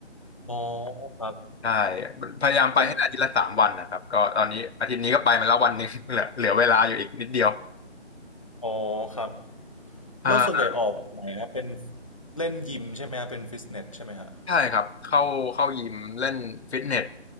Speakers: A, on the left (about 30°); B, on the left (about 65°).
A: อ๋อครับ
B: ใช่พยายามไปให้ได้อาทิตย์ละสามวันนะครับก็ตอนนี้อาทิตย์นี้ก็ไปมาแล้ววันหนึ่ง
A: เป็น
B: <laughs> เหลือเหลือเวลาอยู่อีกนิดเดียว
A: อ๋อครับ
B: อ่า
A: แล้วส่วนใหญ่ออกแบบไหนครับเป็นเล่นยิมใช่ไหมครับเป็นฟิตเนสใช่ไหมฮะ
B: ใช่ครับเข้าเข้ายิมเล่นฟิตเนส